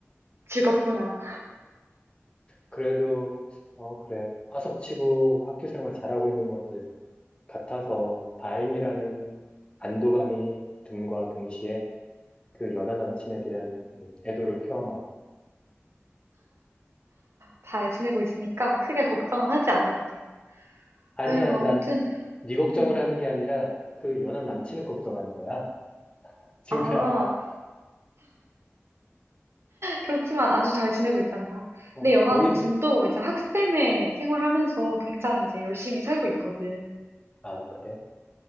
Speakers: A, on the right (about 60°); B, on the left (about 20°).
A: 즐겁구나.
B: 그래도, 어, 그래. 화석치고 학교 생활 잘하고 있는 것 같아서 다행이라는 안도감이 듦과 동시에 그 연하 남친에 대한 음, 애도를 표하마.
A: 잘 지내고 있으니까 크게 걱정은 하지 않아도 돼.
B: 아니야,
A: 아유, 아무튼,
B: 난 네 걱정을
A: 음,
B: 하는 게 아니라 그 연하 남친을
A: 음.
B: 걱정하는 거야, 친구야.
A: 아,
B: <laughs>
A: 그렇지만 아주 잘 지내고 있단다.
B: 어,
A: 내 연하
B: 고일.
A: 남친도 이제 학생회
B: 음,
A: 생활하면서 굉장히 이제 열심히 살고 있거든.
B: 아, 그래.